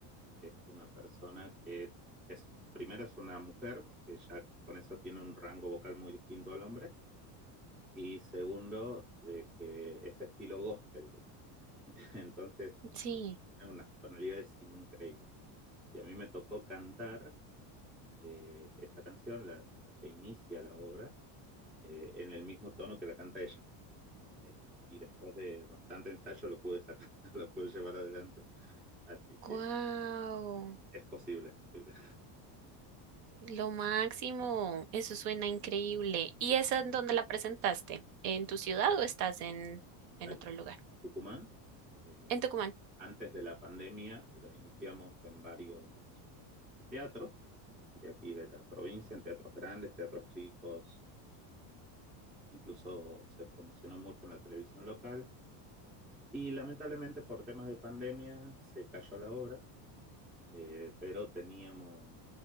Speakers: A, in the centre; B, on the right.
A: es una persona que es, primero es una mujer, que ya con eso tiene un rango vocal muy distinto al hombre, y segundo, de que es estilo gospel, digamos. <laughs> Entonces
B: Sí,
A: tiene unas tonalidades increíbles. Y a mí me tocó cantar eh, esa canción, la, la, que inicia la obra, eh, en el mismo tono que la canta ella. Eh, y después de bastante ensayo lo pude sacar, <laughs> lo pude llevar adelante. Así que
B: wow,
A: es posible, es posible.
B: lo máximo. Eso suena increíble. ¿Y esa en dónde la presentaste? ¿En tu ciudad o estás en, en
A: Aquí
B: otro lugar?
A: en Tucumán, eh,
B: En Tucumán.
A: antes de la pandemia, lo iniciamos en varios teatros de aquí de la provincia, en teatros grandes, teatros chicos, en, incluso se promocionó mucho en la televisión local. Y lamentablemente por temas de pandemia se cayó la obra, eh, pero teníamos